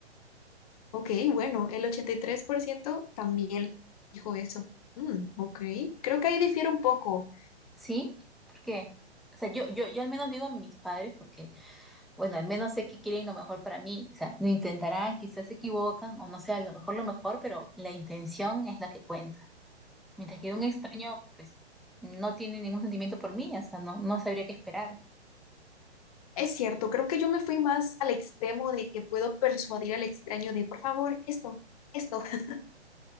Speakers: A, on the left; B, in the centre.
A: Ok, bueno, el 83% también dijo eso. Mm, ok, creo que ahí difiere un poco.
B: sí, ¿por qué? O sea, yo, yo, yo al menos digo mis padres porque, bueno, al menos sé que quieren lo mejor para mí. O sea, lo intentarán, quizás se equivocan o no sea, a lo mejor lo mejor, pero la intención es la que cuenta. Mientras que un extraño, pues, no tiene ningún sentimiento por mí, o sea, no, no sabría qué esperar.
A: Es cierto, creo que yo me fui más al extremo de que puedo persuadir al extraño de, por favor, esto, esto. <laughs>